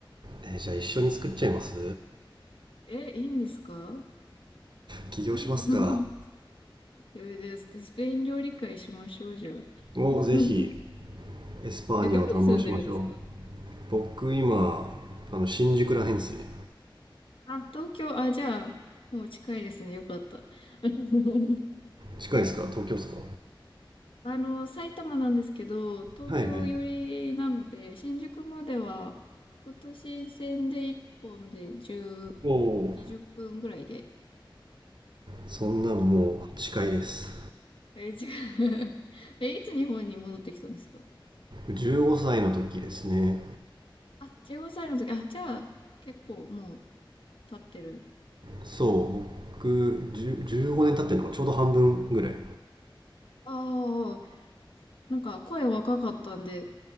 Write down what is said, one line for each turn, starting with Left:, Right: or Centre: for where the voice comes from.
Right: えーじゃあ一緒に作っちゃいます
Left: うん、え、いいんですか
Right: 起業しますか
Left: うん <laughs> え、じゃあススペイン料理会しましょう、じゃあ。
Right: もうぜひ
Left: <laughs>
Right: エスパーニャを堪能しましょ
Left: え、どこに住んでるんですか
Right: う僕今あの新宿らへんですね
Left: あ、東京、あ、じゃあ、もう近いですね。よかった。<laughs>
Right: 近いですか東京ですか
Left: あの、埼玉なんですけど、東京寄りなので、
Right: はいはい
Left: 新宿までは、副都心線で1本で10、
Right: おお
Left: 2分ぐらいで
Right: そんなんもう近いです
Left: 行けます。え、違う。<laughs> え、いつ日本に戻ってきたんですか
Right: 15歳の時ですね
Left: あ、15歳の時。あ、じゃあ、結構もう経ってる。
Right: そう僕1 5年経ってるのがちょうど半分ぐらい
Left: ああ、なんか声若かったんで、